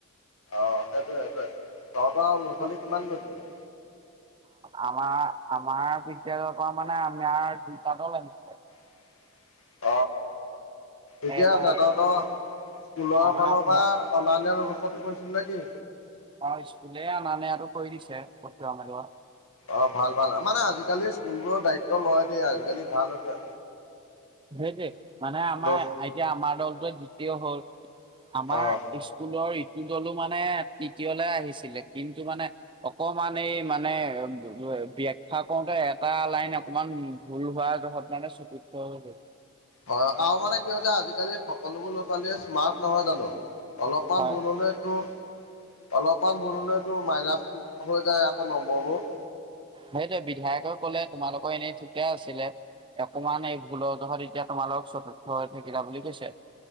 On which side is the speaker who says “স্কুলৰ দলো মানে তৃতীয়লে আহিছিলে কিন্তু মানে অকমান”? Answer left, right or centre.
Right